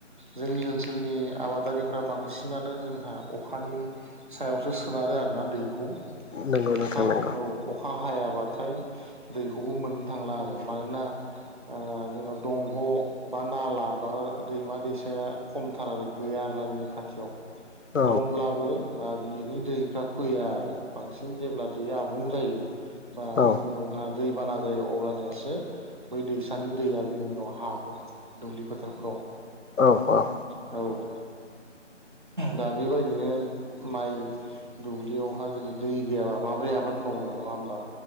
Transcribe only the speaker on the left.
नंगौ
नोंथां नंगौ
औ
औ
औ